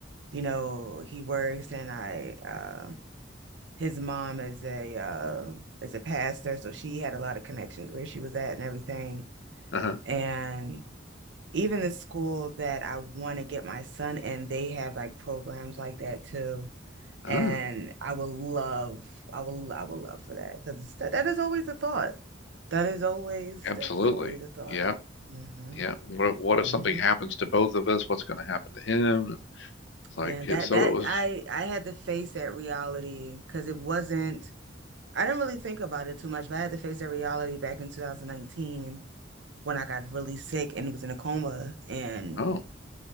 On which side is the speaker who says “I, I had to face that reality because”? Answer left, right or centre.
Right